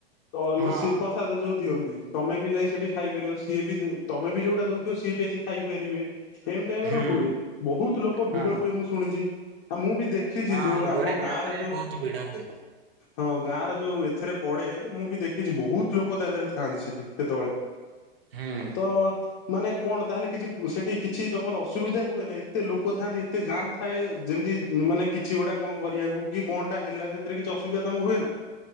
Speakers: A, on the left; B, on the right.
A: ତ
B: ହଁ
A: ସି ପ୍ରସାଦ ଯୋଉ ଦିଅନ୍ତି ତମେ ବି ଯାଇ ସେଠି ଖାଇପାରିବ। ସିଏ ବି ତମେ ବି ଯୋଉଟା ଦଉଥିବ ସିଏ ବି ଆସି ଖାଇପାରିବେ। ଏମି ଟାଇପି
B: ହୁଁ
A: ର ହୁଏ ବହୁତ ଲୋକ ଭିଡ
B: ହଁ
A: ହୁଏ ମୁଁ ଶୁଣିଛି। ଆଉ ମୁଁ ବି ଦେଖିଛି
B: ହଁ
A: ଯୋଉ ଆମ
B: ଗୋରେଖନାଥରେ
A: ଗାଁ ର ଯୋଉ
B: ବହୁତ ଭିଡ ହୁଏ।
A: ହଁ ଗାଁ ର ଯୋଉ ଏଥିରେ ପଡେ ମୁଁ ବି ଦେଖିଛି ବହୁତ ଲୋକ ତା ଏଥିରେ ଥାଆନ୍ତି ସେଠି ସେତେବେଳେ।
B: ହୁଁ
A: ତ। ମାନେ କଣ ତାହେଲେ କିଛି ସେଠି କିଛି ତମର ଅସୁବିଧା ହୁଏ ନାହି ଏତେ ଲୋକ ଥାନ୍ତି ଏତେ ଜାାମ ଏ ଯେମିତି ମାନେ କିଛି ଗୋଟା କଣ କରିବାକୁ କି କଣ ଟା ହେଲା ସେଥିରେ କିଛି ଅସୁବିଧା ତମକୁ ହୁଏ ନା